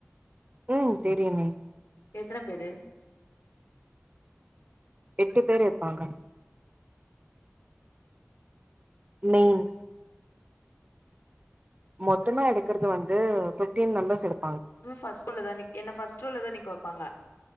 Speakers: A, on the right; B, on the left.
A: உம் தெரியுமே
B: எத்தன பேரு
A: எட்டு பேர் இருப்பாங்க மெயின் மொத்தமா எடுக்கறது வந்து பிஃப்டீன் மெம்பர்ஸ் எடுப்
B: ம் ஃபஸ்ட் ரோல தானே என்ன ஃபஸ்ட் ரோல தா நிக்க வைப்பாங்க.